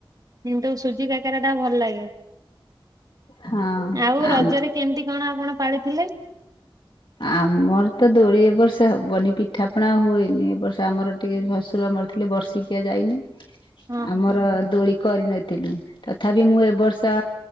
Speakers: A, on the right (about 40°); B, on the left (about 60°).
A: କିନ୍ତୁ ସୁଜି କା କାକେରା ଟା ଭଲ ଲାଗେ
B: ହଁ
A: ଆଉ
B: ଆମ
A: ରଜରେ କେମିତି କଣ ଆପଣ ପାଳିଥିଲେ?
B: ଆମର ତ ଦୋଳି ଏ ବର୍ଷ ହବନି ପିଠାପଣା ହୁଏନି ଏ ବର୍ଷ ଆମର ଟିକେ ଶଶୁର ମରି ଥିଲେ ବର୍ଷିକିଆ ଯାଇନି
A: ହଁ ହଁ
B: ଆମର ଦୋଳି କରିନଥିଲୁ। ତଥାପି ମୁଁ ଏ ବର୍ଷ